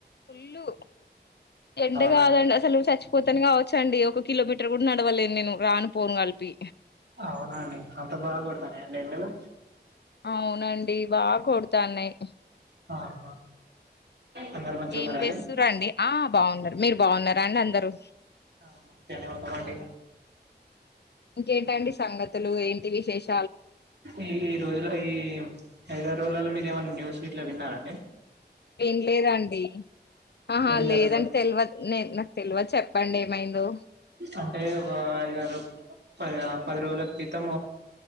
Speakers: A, on the left (about 70°); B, on the right (about 75°).
A: ఫుల్లు ఎండ
B: అవునా
A: కాదండి
B: అండి
A: అసలు చచ్చిపోతను కావచ్చ అండి ఒక కిలోమీటర్ కూడా నడవలేదు నేను రానుపోను కలిపి
B: అవున అండి అంత బాగా కొడతాను ఆడ ఎండలు
A: అవునండి బాగా కొడతాన్నయి
B: ఆహా అందరు మంచిగా
A: ఏం
B: ఉన్నారా
A: చేస్త
B: అండి
A: రండి ఆ బాగున్నారు మీరు బాగున్నారాండి అందరుూ
B: ఆ మంచిగానే ఉన్నమండి
A: ఇంకేంటండి సంగతులు ఏంటి విశేష
B: ఈ ఈ రోజుల ఈ ఐదారు రోజులలో మీ ఏమన్నా న్యూస్ గిట్ల విన్నారడి
A: ఏం లేదండి ఆహా
B: ఏం జరగలే
A: లేదండి తెల్వదు నేను నాకు తెల్వదు చెప్పండి మైంధో
B: అంటే ఒక ఆరు పది పది రోజుల క్రితం